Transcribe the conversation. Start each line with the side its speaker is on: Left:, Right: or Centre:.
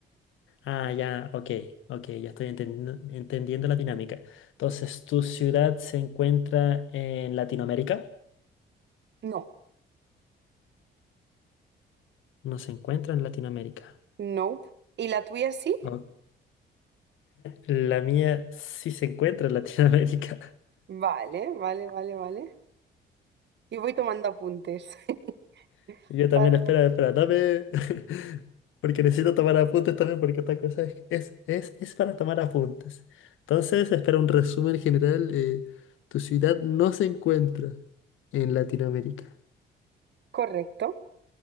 Left: Ah, ya, ok, ok, ya estoy entendiendo, entendiendo la dinámica. Entonces, ¿tu ciudad se encuentra en Latinoamérica?
Right: No.
Left: No se encuentra en Latinoamérica.
Right: Nope. ¿Y la tuya sí?
Left: Ok. La mía sí se encuentra en Latinoamérica.
Right: Vale, vale, vale, vale. Yo voy tomando apuntes. <laughs>
Left: <laughs> Yo también,
Right: Para-
Left: espera, espera, dame. <laughs> Porque necesito tomar apuntes también, porque esta cosa es, es, es, es para tomar apuntes. Entonces, espera un resumen general. eh, tu ciudad no se encuentra en Latinoamérica.
Right: Correcto.